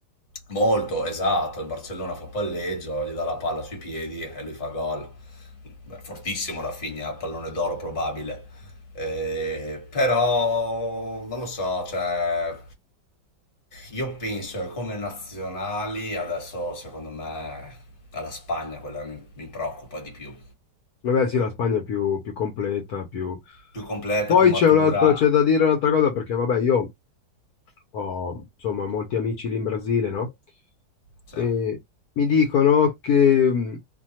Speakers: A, on the left; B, on the left.
A: Molto, esatto, il Barcellona fa palleggio, gli dà la palla sui piedi e lui fa gol. Beh, fortissimo Rafinha, pallone d'oro probabile. Eh, però non lo so, cioè, io penso che come nazionali adesso secondo me è la Spagna quella che mi, mi preoccupa di più.
B: Vabbè, sì, la Spagna è più, più completa, più...
A: Più completa,
B: Poi
A: più matura.
B: c'è un altro- c'è da dire un'altra cosa, perché vabbè, io ho, insomma, molti amici lì in Brasile, no?
A: Sì.
B: E
A: Ah,
B: mi dicono che mh,